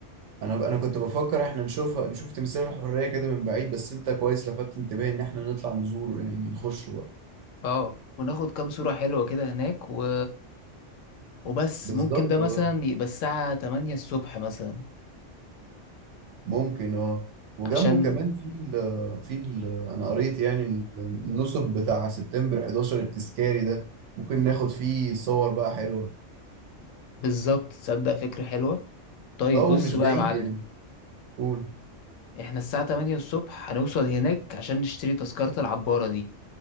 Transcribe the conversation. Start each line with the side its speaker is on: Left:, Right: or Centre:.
Right: انا انا كنت بفكر احنا نشوف نشوف تمثال الحريه كده من بعيد بس انت كويس لفتت انتباهي ان احنا نطلع نزور يعني نخش بقى
Left: اه وناخد كام صوره حلوه كده هناك و... وبس
Right: بالظبط
Left: ممكن ده مثلا
Right: اه
Left: يبقى الساعه 8 الصبح مثلا
Right: ممكن اه وجنبه
Left: عشان
Right: كمان في ال في ال انا قريت يعني ال- النصب بتاع سبتمبر 11 التذكاري ده ممكن ناخد فيه صور بقى حلوه
Left: بالظبط تصدق فكره حلوه طيب
Right: اه ومش
Left: بص بقى
Right: بعيد
Left: يا معلم
Right: يعني قول
Left: احنا الساعه 8 الصبح هنوصل هناك عشان نشتري تذكره العباره دي